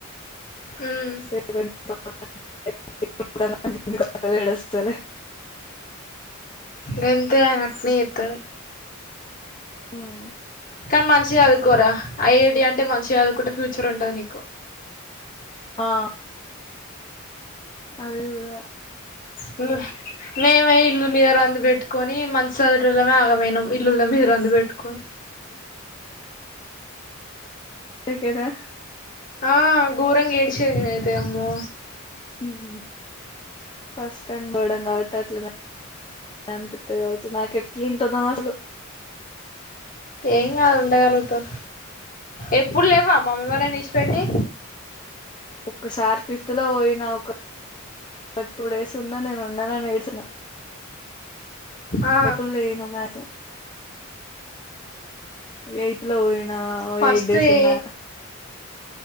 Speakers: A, on the left (about 45°); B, on the left (about 25°).
A: ఉమ్
B: హేవెన్ తో <unintelligible> ఏడస్తాలే
A: గంతే ఆయనా అట్నే ఎప్తాడు
B: హుహ్
A: కానీ మంచి అదువుకోరా ఐఐటి అంటే మంచిగా చదువుకుంటే ఫ్యూచర్ ఉంటది నీకు
B: ఆహ్ అది ఉడా
A: ముమ్ మీవే ఇల్లు మీద రంది బెట్టుకొని మంచి సదివేటోలమే ఆగమైనం ఇల్లుల మీద ఇరాందు బెట్టుకోయ్
B: టికెదా
A: ఆ గోరంగా ఏడ్సేది నేనైతే అమ్మో
B: ఉమ్ ఫస్ట్ టైం బడంగ కాబట్టి అట్లనే అనిపిత్తే కావచ్చు నాకు ఎట్లుంటదో అసలు
A: ఏం కాదు ఉండగలుగుతావ్. ఎప్పుడ్లేవా మమ్మీ వాల్లని ఇడ్షిపెట్టి
B: ఒక్కసారి ఫిఫ్త్ లో పోయినా ఒక ఒక టూ డేస్ ఉన్నా నేను ఉండను అని ఏడ్చిన
A: ఆ
B: ఎప్పుడ్లేను మ్యాక్స్ ఎయిత్ లో పోయి న ఓ
A: ఫస్ట్
B: ఏయిట్ డేస్
A: ఏ
B: ఉన్నా.